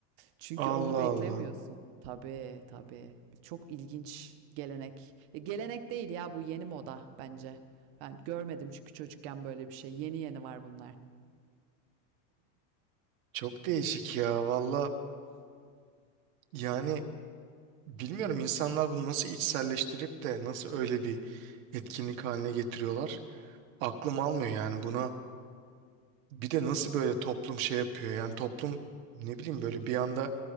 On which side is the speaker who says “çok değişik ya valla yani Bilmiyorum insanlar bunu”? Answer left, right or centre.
Right